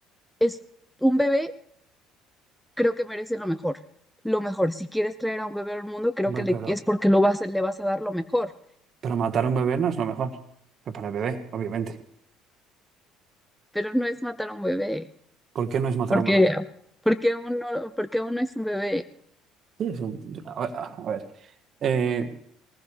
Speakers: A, in the centre; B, on the right.
A: es un bebé creo que merece lo mejor. Lo mejor. Si quieres traer a un bebé al mundo, creo
B: Hombre,
A: que le-
B: pero,
A: es porque lo vas, a- le vas a dar lo mejor.
B: pero matar a un bebé no es lo mejor. Pues para el bebé, obviamente.
A: Pero no es matar a un bebé,
B: ¿Por qué no es matar
A: porque,
B: a un bebé?
A: porque uno, porque uno es un bebé.
B: Sí, es un- a ver, a ver. eh,